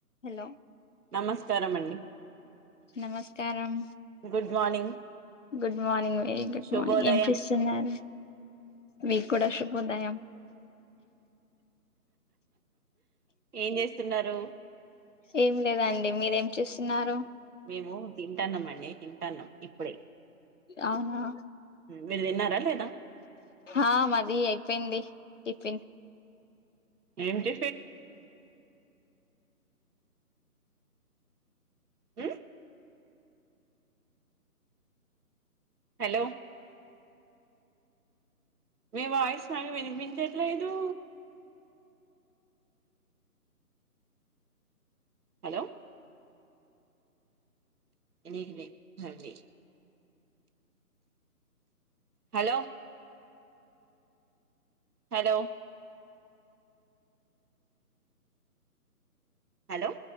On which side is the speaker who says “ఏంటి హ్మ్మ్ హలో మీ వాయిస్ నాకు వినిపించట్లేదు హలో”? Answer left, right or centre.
Right